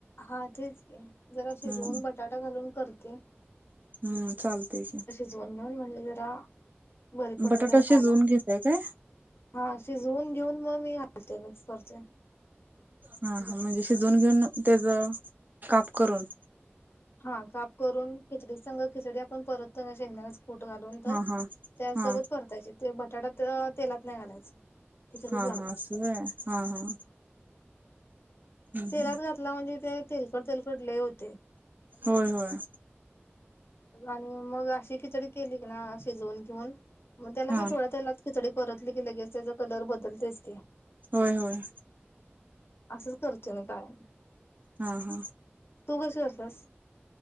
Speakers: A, on the left; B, on the right.
A: हा तेच की. जरा शिजवून
B: हम्म
A: बटाटा घालून करते.
B: हम्म चालतेय की.
A: म्हणूननन म्हणले जरा बरी पडते
B: बटाटा
A: त्याला खायला.
B: शिजवून घेताय काय?
A: हा शिजवून घेऊन मग मी घालते. मिक्स करते.
B: हा हा म्हणजे शिजून घेऊन त्याच काप करून.
A: हा काप करून खिचडी संग. खिचडी आपण परततो ना शेंगदाणच कुट घालून तर.
B: हा हा
A: त्यासोबत
B: हा
A: परतायचे ते बटाट्या तेलात नाही घालायचं. खिचडीत
B: हा
A: घालायच
B: हा. अस होय? हा हा. हम्म
A: तेलात घातला म्हणजे ते तेलकट तेलकट लई होते.
B: होय होय.
A: आणि मग अशी किचडी केली की नाय, शिजून घेऊन. मग त्याला
B: हा
A: काय थोडा तेलात खिचडी परतली की लगेच त्याचा कलर बदलतेस की.
B: होय होय.
A: असंच करतोय मी कायम.
B: हा हा.
A: तू कशी करतेस?